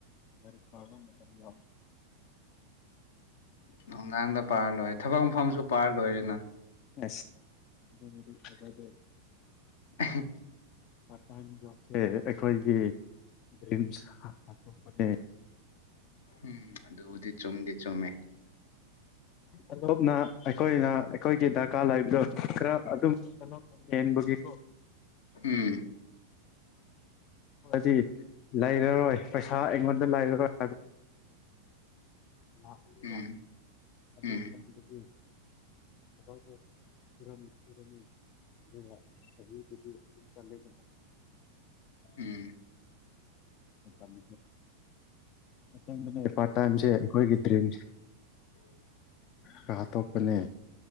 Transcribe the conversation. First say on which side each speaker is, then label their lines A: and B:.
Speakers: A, on the left; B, on the left.
A: ꯃꯔꯤ ꯀꯥ ꯀ ꯌꯥ
B: ꯅꯨꯡꯗꯥꯡꯗ ꯄꯥꯔ ꯂꯣꯏꯔꯦ ꯊꯕꯛ ꯃꯐꯝꯁꯨ ꯄꯥꯔ ꯂꯣꯏꯔꯦꯅ
A: ꯑꯁꯖꯗ
B: <unintelligible>
A: ꯄꯥꯔꯠ ꯇꯥꯏꯝ ꯖꯣꯕꯁꯦ ꯑꯩꯈꯣꯏꯒꯤ ꯗ꯭ꯔꯤꯝꯁ ꯍꯥꯊꯣꯛꯄꯅꯦ
B: ꯎꯝ ꯑꯗꯨꯕꯨꯗꯤ ꯆꯨꯝꯗꯤ ꯆꯨꯝꯃꯦ
A: ꯑꯗꯣꯞꯅ ꯑꯩꯈꯣꯏꯅ ꯑꯩꯈꯣꯏꯒꯤ ꯗꯔꯀꯥꯔ ꯂꯩꯕꯗ ꯈꯔ ꯑꯗꯨꯝ ꯌꯦꯕꯒꯤ
B: ꯎꯝ
A: ꯗꯤ ꯂꯩꯔꯔꯣꯏ ꯄꯩꯁꯥ ꯑꯩꯉꯣꯟꯗ ꯂꯩꯔꯔꯣꯏ ꯂꯥꯛꯜꯂꯤꯕ
B: ꯎꯝ
A: ꯑꯗꯨ
B: ꯎꯝ
A: ꯈꯟꯕꯒꯤ ꯎꯝꯥꯎꯔꯝꯔ ꯑꯗꯨꯒ ꯆꯍꯤꯗꯨꯗꯤ ꯑꯗꯨꯝ ꯆꯠꯂꯦꯗꯅ
B: ꯎꯝ
A: ꯃꯇꯝꯝ ꯆꯂ ꯄꯥ ꯇꯥꯏꯝꯁꯦ ꯍꯒꯗ꯭ꯔꯔꯤ ꯀ ꯍꯥꯇꯣꯄꯅꯦ